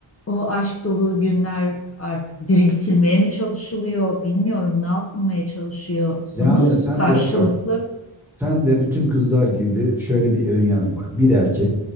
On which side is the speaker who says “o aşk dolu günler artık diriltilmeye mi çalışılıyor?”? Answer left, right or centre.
Left